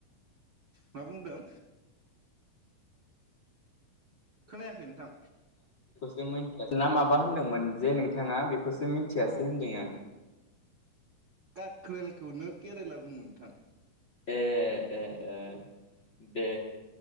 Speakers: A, on the right; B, on the left.
A: मा बुंदों खोनायाखै नोंथां
B: नों मानसिआ ना माबा होनदोंमोन जे नोंथाङा बेखौ खौ मिथियासै
A: अ
B: होनदों आं
A: काक्रेलखौनो केरेला बुंङो नोंथां
B: ए ए ए दे